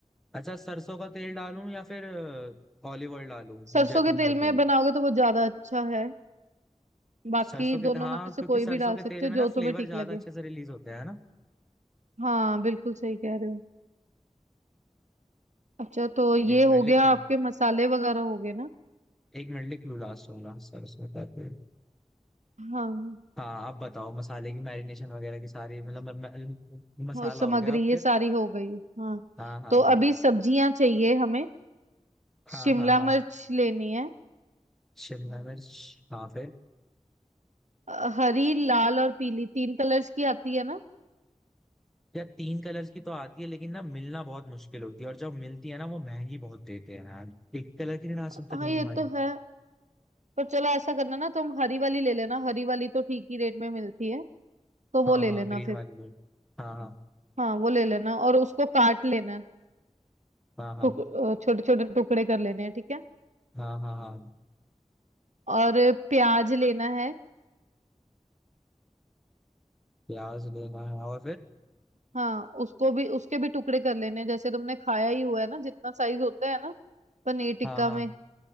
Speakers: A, in the centre; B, on the right.
A: अच्छा सरसों का तेल डालूं या फिर ऑलिव ऑयल डालूं
B: सरसों
A: जैतून
B: के तेल
A: का तेल
B: में बनाओगे तो वो ज्यादा अच्छा है बाकी
A: सरसों
B: दोनों
A: के हाँ
B: में
A: क्योंकि
B: से कोई
A: सरसों
B: भी डाल
A: के
B: सकते
A: तेल
B: हो
A: में
B: जो
A: ना फ्लेवर
B: तुम्हें ठीक
A: ज्यादा
B: लगे
A: अच्छे से रिलीज होता है ना
B: हाँ बिल्कुल सही कह रहे हो अच्छा तो ये
A: एक मिनट
B: हो
A: लिख
B: गया आपके मसाले वगैरह हो गए ना
A: एक मिनट लिख लूँ लास्ट वाला सरसों का तेल
B: हाँ
A: हाँ आप बताओ मसाले की मैरिनेशन वगैरह की सारी मतलब म- म- मसाला
B: और सामग्री
A: हो गया आप
B: ये
A: फिर
B: सारी हो गई हाँ
A: हाँ हाँ
B: तो
A: हाँ
B: अभी सब्जियां चाहिए हमें
A: हाँ
B: शिमला
A: हाँ हाँ
B: मिर्च लेनी है
A: शिमला मिर्च हाँ फिर
B: अ, हरी लाल और पीली तीन कलर्स की आती है ना
A: यार तीन कलर्स की तो आती है लेकिन ना मिलना बहुत मुश्किल होती है और जब मिलती है ना वो महंगी बहुत देते हैं यार एक कलर की नहीं ला सकता
B: हाँ
A: ग्रीन
B: ये
A: वाली
B: तो है पर चलो ऐसा करना ना तुम हरी वाली ले लेना हरी वाली तो ठीक ही रेट में मिलती है तो वो
A: हाँ
B: ले
A: हाँ
B: लेना
A: ग्रीन
B: फिर
A: वाली भी। हाँ हाँ
B: हाँ वो ले लेना और उसको काट लेना है
A: हाँ हाँ
B: टुक छोटे छोटे टुकड़े कर लेने हैं ठीक है
A: हाँ हाँ हाँ
B: और प्याज लेना है
A: प्याज लेना है और फिर
B: हाँ उसको भी उसके भी टुकड़े कर लेने हैं जैसे तुमने खाया ही हुआ है ना जितना साइज होता है ना पनीर टिक्का
A: हाँ हाँ
B: में